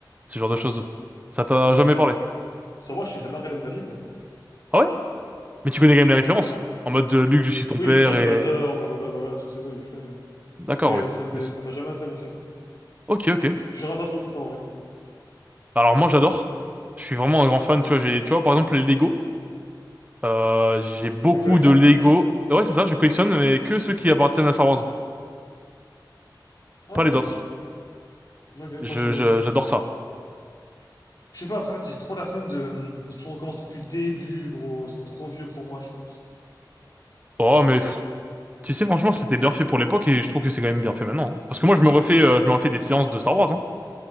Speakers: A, on the right; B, on the left.
A: ce genre de choses. Ça t'a jamais parlé?
B: ça, moi, j'ai jamais regardé de ma vie, gros.
A: Ah ouais? Mais tu connais quand même les références. En mode de Luc, je suis ton
B: Oui,
A: père
B: Dark
A: et.
B: Vador, blablabla, tout ça, oui, je connais, ouais.
A: D'accord,
B: Mais
A: oui.
B: euh, ça m'est-
A: Mais c'est-
B: ça m'a jamais intéressé, quoi.
A: ok, ok.
B: Je rate un truc ou pas, en vrai?
A: Alors moi j'adore. Je suis vraiment un grand fan. Tu vois, j'ai, tu vois, par exemple les Lego. Euh, j'ai beaucoup
B: Tu les collectionnes?
A: de Lego. Ouais, c'est ça. Je collectionne mais que ceux qui appartiennent à Star Wars,
B: Ah
A: pas
B: ouais,
A: les autres.
B: ok. Ok,
A: Je,
B: moi, je...
A: je- j'adore ça.
B: Je sais pas, après, en fait, j'ai trop la flemme de, de tout recommencer depuis le début, gros. C'est trop vieux pour moi, je pense.
A: Oh mais. pff, Tu sais, franchement, c'était bien fait pour l'époque et je trouve que c'est quand même bien fait maintenant. hein. Parce que moi, je me refais,
B: Les,
A: euh, je me refais des séances de Star Wars, hein.